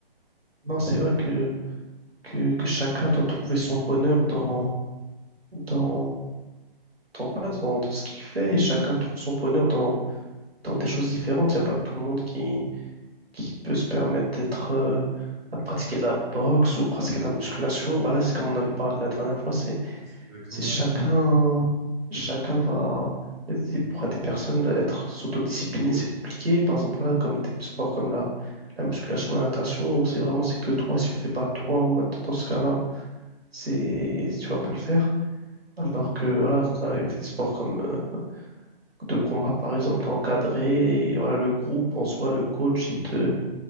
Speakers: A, on the right (about 90°); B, on the right (about 30°).
A: Non, c'est vrai que que, que chacun doit trouver son bonheur dans, dans, dans, voilà, dans, dans ce qu'il fait et chacun trouve son bonheur dans, dans des choses différentes. Il n'y a pas tout le monde qui, qui peut se permettre d'être, euh, de pratiquer de la boxe ou pratiquer de la musculation. Voilà, c'est comme on avait parlé la dernière fois, c'est,
B: Ouais, c'est exactement
A: c'est chacun,
B: ça. hein.
A: chacun va. et Pour des personnes, être s'autodiscipliner, c'est compliqué. Par exemple, là, comme des sports comme la, la musculation, la natation, où c'est vraiment c'est que toi, si tu le fais pas toi, en mode dans ce cas-là, c'est tu vas pas le faire. Alors que voilà, avec des sports comme euh, de combat par exemple, t'es encadré et voilà, le groupe en soi, le coach, il te,